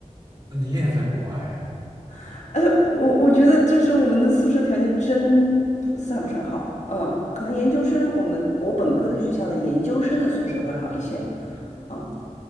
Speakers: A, on the right; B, on the left.
A: 那你也在国外呀？
B: <laughs> 呃，我我觉得这是我们的宿舍条件真不算不上好。嗯，可能研究生，我们我本科的学校的研究生的宿舍会好一些。嗯，